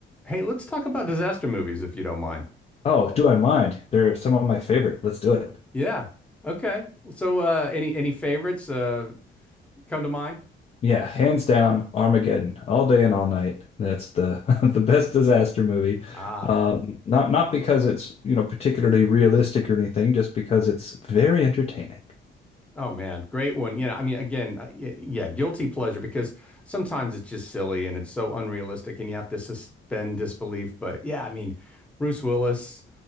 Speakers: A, in the centre; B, on the left.
A: Hey, let's talk about disaster movies if you don't mind.
B: Oh, do I mind? They're some of my favorite. Let's do it.
A: Yeah. Okay. So, uh, any any favorites uh, come to mind?
B: Yeah, hands down, Armageddon, all day and all night. That's the <laughs> the best disaster movie.
A: Ah,
B: Um, not not because it's, you know, particularly realistic or anything, just because it's very entertaining.
A: oh man, great one. Yeah, I mean, again, uh, y- yeah, guilty pleasure because sometimes it's just silly and it's so unrealistic, and you have to suspend disbelief. But yeah, I mean, Bruce Willis,